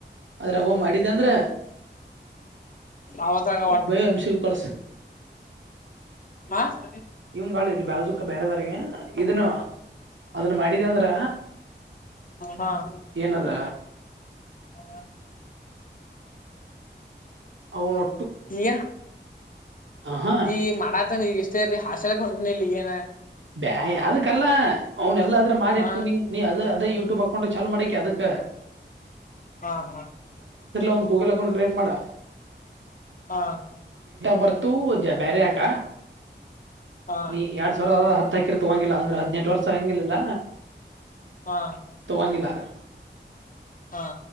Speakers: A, on the right (about 90°); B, on the left (about 45°).
A: ಆದ್ರೆೋ ಮಾಡಿದೆ ಅಂದ್ರೆ
B: ಅವತ್ತಾಗ
A: ಬಯೋ ಎಮಷಗ ಕಳಸ
B: ಹ ಸ
A: ಇವಂಗಳು ಇಲ್ಲಿ ಬಾಜುಕ ಬೇರೆದವ್ರಿಗೆ ಇದನ್ನು ಅದನ್ನ ಮಾಡಿದ ಅಂದ್ರ
B: ಹ
A: ಏನದ
B: <inaudible> <unintelligible>
A: ಅವನ
B: ಈನ್
A: ಆಹಾ
B: ಈಗ ಮಾಡಾತಾನ ಈಗಷ್ಟ ೇರಿ ಹಾಸ್ಯ ಹೊಂನ ಇ ಏನ
A: ಬೇ ಅದಕ್ಕಲ್ಲ ಅವ್ನ್ಲ್ಲ ಆದ್ರ ಮಾಡಿ
B: ಹಾ
A: ಇಟ್ಕೊಂಡ ನೀ ಅದ ಅದೇ ಯ ಬಾಕೊಂಡ ಚಲೋ ಮಾಡಕಿ ಅದಕ್ಕೆ
B: ಹಾ ಹಾ
A: ಒಂದು ಗೂಗಲ್ ಅಕೌಂಟ್ ಕ್ರಿಯೇಟ್ ಮಾಡ
B: ಹಾ
A: ಬರ್ತ ಬೇರೆ ಯಕ
B: ಹಾ
A: ನೀ ಎರಡ್ ಸಾವಿರ ಹ ಹಾಕಿರ್ ತೊಗಂಗಿಲ್ಲ ಅಂದ್ರೆ ಹದ್ಿನೆಂಟು ವರ್ಷ ಹಂಗಲಿಲ್ಲ
B: ಹಾ
A: ತೊಗಂಗಿಲ್ಲ
B: ಹಾ